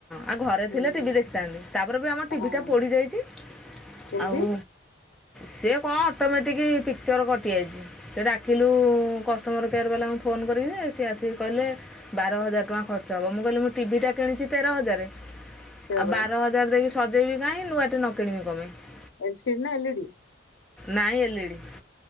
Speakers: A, in the centre; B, on the left (about 75°).
A: ଆଉ ଘରେ
B: ହୁଁ
A: ଥିଲେ ଟିଭି ଦେଖିଥାନ୍ତି ତାପରେ ବି ଆମ ଟିଭି
B: ହଁ।
A: ଟା ପୋଡି ଯାଇଚି।
B: କେମିତି
A: ଆଉ। ସିଏ କଣ ଅଟୋମେଟିକ୍ ପିକ୍ଚର୍ କଟିଯାଇଚି ସେ ଡାକିଲୁ କଷ୍ଟମର୍ କେୟାର୍ ବାଲାଙ୍କୁ ଫୋନ ଙ୍ଗ କରିକି ଯେ ସିଏ ଆସିକି କହିଲେ ବାର ହଜାର ଟଙ୍କା ଖର୍ଚ୍ଚ ହବ। ମୁଁ କହିଲି ମୁଁ ଟିଭି ଟା କିଣିଚି ତେର ହଜାର
B: ସେୟା
A: ଆଉ
B: ପରା
A: ବାର ହଜାର ଦେଇକି ସଜେଇବି କାଇଁ ନୂଆଟେ ନ କିଣିବି କଣ ପାଇଁ।
B: ଏଲସିଡ୍ ନା ଏଲିଡି?
A: ନାଇଁ ଏଲିଡି।